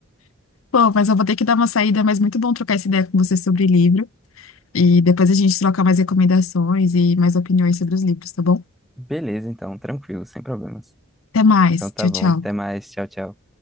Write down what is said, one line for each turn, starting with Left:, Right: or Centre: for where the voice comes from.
Left: Pô, mas eu vou ter que dar uma saída, mas muito bom trocar essa ideia com você sobre livro. E depois a gente troca mais recomendações e mais opiniões sobre os livros, tá bom?
Centre: Beleza, então, tranquilo, sem problemas.
Left: Até mais.
Centre: Então tá
Left: Tchau,
Centre: bom,
Left: tchau.
Centre: até mais. Tchau, tchau.